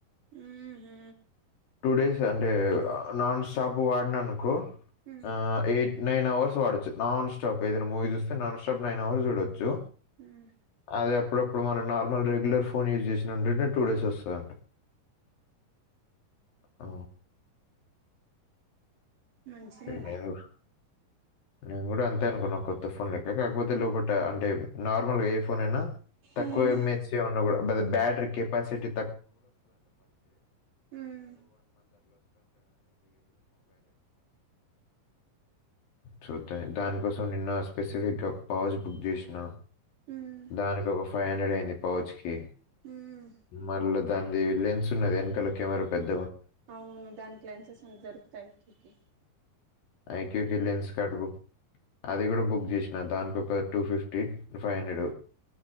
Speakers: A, on the right (about 60°); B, on the left (about 75°).
A: హ్మ్ హు
B: డేస్ అంటే నాన్ స్టాప్ వాడిననుకో
A: హ్మ్
B: ఆ ఏ నైన్ అవర్స్ వాడచ్చు నాన్ స్టాప్ ఏదైనా మూవీ చూస్తే నాన్ స్టాప్ నైన్ అవర్స్ చూడొచ్చు
A: హ్మ్
B: అది అప్పుడప్పుడు మనం నార్మల్ రెగ్యులర్ ఫోన్ యూజ్ చేసిన ఉంటడింటే టూ డేస్ వస్తదండి అ
A: మంచిదే
B: నేను కూడా- నేను కూడా అంతే అనుకున్నా కొత్త ఫోన్ లెక్క కాకపోతే లోపల అంటే నార్మల్ గా ఏ ఫోన్ అయినా తక్కువ
A: ఉమ్,
B: మెజ్ అట్లే ఉండకూడదు కూడా బ్యాటరీ కెపాసిటీ
A: ఉమ్,
B: చూద్దాం దానికోసం నిన్న స్పెసిఫిక్గా ఒక పౌచ్ బుక్ చేసిన
A: ఉమ్,
B: దానికి ఒక ఫైవ్ హండ్రెడ్ అయింది పౌచ్ కి
A: ఉమ్.
B: మళ్ళా దాంది లెన్స్ ఉన్నది వెనకాల కెమెరా పెద్
A: అవును దాని క్లాన్సెస్ అంత దరుకుతాయికి
B: ఐక్యూకి లెన్స్ కట్ బుక్ అది కూడా బుక్ చేసినా దానికి ఒక టూ ఫిఫ్టీ ఫైవ్ హండ్రెడ్